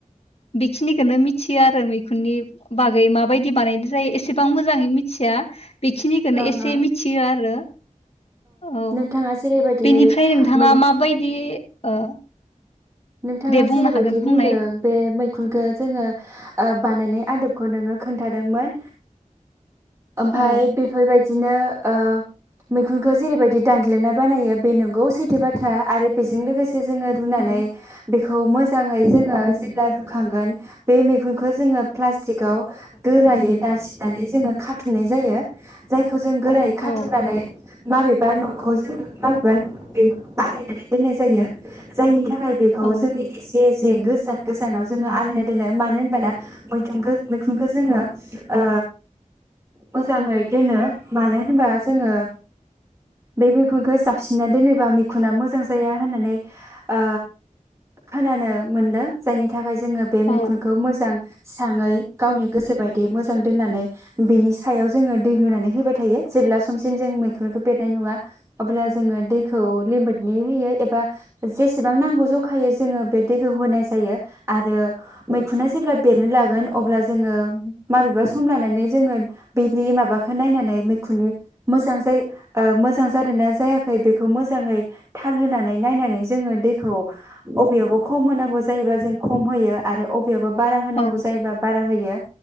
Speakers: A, on the left; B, on the right.
A: बेखिनिखो नो मिथियो आरो मैखुननि बागै माबायदि बानायनाय जायो ए सेबां मोजाङै मिथिया बेखिनिखौनो
B: ओं
A: एसे
B: ओं
A: मिथियो आरो। औ
B: नोंथाङा जेरैबायदि
A: बेनिफ्राय नोंथाङा
B: मै
A: माबायदि ओ।
B: नोंथाङा
A: दे बुंनो
B: जेरैबायदि
A: हागोन
B: बुंदों
A: बुंनाय
B: जे मै खुंखौ जोङो ओ बानायनाय आदबखौ नोङो खोन्थादोंमोन। ओमफाय
A: औ
B: बेफोरबाय दिनो ओ मैखुनखौ जेरैबायदि दानग्लिना बानायो बे नंगौ सैथो बाथ्रा आरो बेजों लोगोसे से जोङो रुनानै
A: औ
B: बेखौ मोजाङै जोङो जेब्ला रुखांगोन बे मैगुनखौ जोङो प्लास्टिकआव गोरायै नारसिननानै जोङो खाथुमनाय जायो जाय खौ जों गोरायै खाथुमनानै।
A: औ
B: माबेबा न'खौ जों माबेबा बे बानायायनानै दोननाय जायो जायनि थाखाय बेखौ
A: औ
B: जोंनि एसे जे गोजान गोजानाव जोङो आलायना दोनो मानो होनबाना मैथुंनखो मैखुनखो जोङो ओ मोजाङै दोनो मानो होनबा जोङो बे मैखुनखो जाबसिनना दोनोबा मैखुना मोजां जाया होननानै ओ खोनानो मोनदों जायनि थाखाय जोङो बे मैखुनखौ
A: औ
B: मोजां स्राङै गावनि गोसो बायदि मोजां दोननानै बिनि सायाव जोङो दै लुनानै होबाय थायो जेब्ला समसिम जों मैखुनखौ बेरनाय नङा अब्ला जोङो दैखौ लिमिदनि होयो एबा जेसेबां नांगौ ज खायै जोङो बे दैखौ होनाय जायो आरो मैखुना जेब्ला बेरनो लागोन अब्ला जोङो माबेबा सम लानानै जोङो बेनि माबाखौ नायनानै मैखुननि मोजां जायो ओ मोजां जादों ना जायाखै बेखौ मोजाङै थाल होनानै नायनानै जोङो दैखौ अबेयावबो खम होनांगौ जायोबा जों खम होयो आरो अबे बा बाराहोनांगौ
A: औ
B: जायोबा बारा होयो